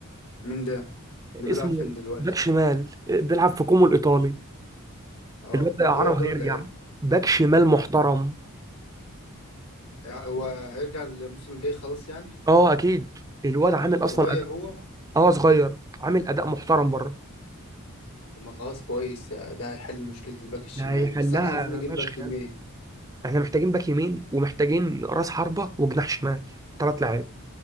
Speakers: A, on the left; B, on the right.
A: مين ده
B: اسمه
A: اللي بيلعب فين دلوقتي
B: باك شمال بيلعب في كومو الايطالي
A: اه
B: الواد ده
A: صغير
B: اعاره وهيرجع
A: ده ولا ايه
B: باك شمال محترم
A: يعني هو هيرجع الموسم الجاي خلاص يعني
B: اه اكيد الواد عامل
A: صغير
B: اصلا اداء
A: هو
B: اه صغير عامل اداء محترم بره
A: طب ما خلاص كويس ده هيحل مشكلة الباك الشمال
B: ده هيحلها
A: بس احنا عايزين نجيب
B: فشخ
A: باك يمين
B: احنا محتاجين باك يمين ومحتاجين راس حربة وجناح شمال ثلاث لعيب